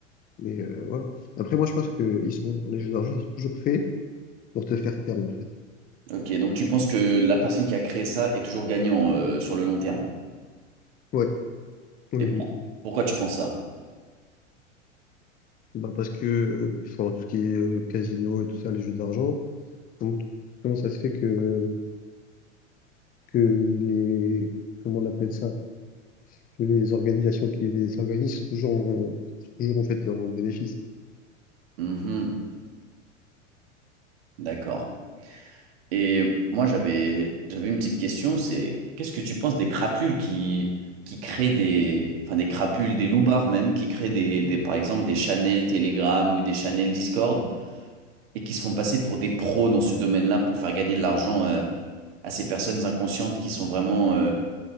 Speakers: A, on the left; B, on the right.
A: Mais euh, voilà. Après, moi, je pense que ils sont, les jeux d'argent, ils sont toujours faits pour te faire perdre, en fait.
B: Ok, donc tu penses que la personne qui a créé ça est toujours gagnant euh, sur le long terme.
A: Ouais, oui,
B: Et
A: oui.
B: pour- pourquoi tu penses ça?
A: Bah, parce que, euh, enfin, tout ce qui est euh, casino et tout ça, les jeux d'argent, comment, comment ça se fait que, que les, comment on appelle ça, que les organisations qui les organisent sont toujours en, sont toujours, en fait, en bénéfice?
B: Mhm, d'accord. Et moi, j'avais j'avais une petite question, c'est qu'est-ce que tu penses des crapules qui, qui créent des, enfin des crapules, des loupards même, qui créent des, des, par exemple des channels Telegram ou des channels Discord et qui se font passer pour des pros dans ce domaine-là pour faire gagner de l'argent euh, à ces personnes inconscientes qui sont vraiment, euh,